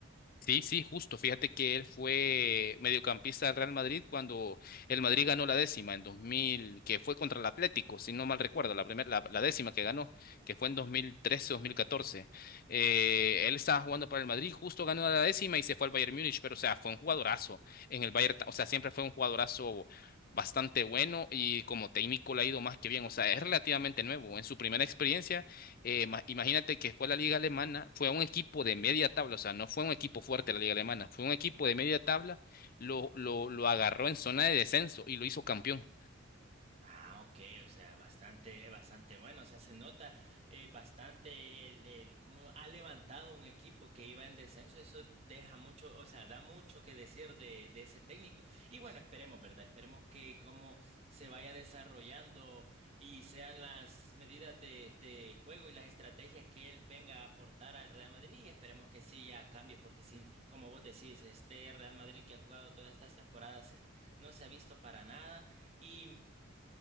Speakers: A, on the left; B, on the right.
A: Sí, sí, justo. Fíjate que él fue mediocampista del Real Madrid cuando el Madrid ganó la décima en 2000, que fue contra el Atlético, si no mal recuerdo, la primera, la, la décima que ganó, que fue en 2013-2014. Eh, él estaba jugando para el Madrid, justo ganó la décima y se fue al Bayern Múnich, pero o sea, fue un jugadorazo en el Bayern, ta- o sea, siempre fue un jugadorazo bastante bueno y como técnico le ha ido más que bien, o sea, es relativamente nuevo. En su primera experiencia eh, ma- imagínate que fue la liga alemana, fue un equipo de media tabla, o sea, no fue un equipo fuerte la liga alemana, fue un equipo de media tabla, lo, lo, lo agarró en zona de descenso y lo hizo campeón.
B: Ah, ok, o sea, bastante, bastante bueno, o sea, se nota eh, bastante el, el cómo ha levantado un equipo que iba en descenso, eso deja mucho, o sea, da mucho que decir de, de ese técnico. Y bueno, esperemos, ¿verdad? Esperemos que cómo se vaya desarrollando y sean las medidas de, de juego y las estrategias que él venga a aportar al Real Madrid y esperemos que sí ya cambie, porque sí, como vos decís, este Real Madrid que ha jugado todas estas temporadas eh, no se ha visto para nada. Y